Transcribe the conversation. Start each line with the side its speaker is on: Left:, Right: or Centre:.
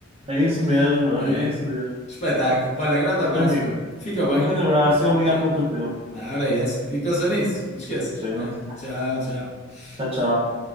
Right: É isso
Left: <laughs>
Right: mesmo, é
Left: É.
Right: isso mesmo.
Left: Espetáculo. Olha, grande
Right: Tá
Left: abraço,
Right: bem, amigo.
Left: meu. Fica bem.
Right: Um grande abraço e obrigado
Left: E
Right: pelo teu tempo.
Left: na hora é essa. E pensa nisso, não te esqueças.
Right: Apenas.
Left: <laughs> Tchau, tchau.
Right: Tchau, tchau.